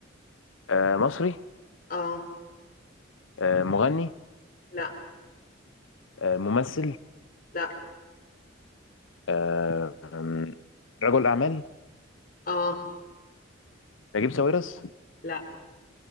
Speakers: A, on the left (about 80°); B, on the left (about 45°).
A: أه، مصري
B: اه
A: أه، مغني
B: لا
A: أه، ممثل
B: لا
A: أه، أم، رجل اعمال
B: اه
A: نجيب ساويرس
B: لا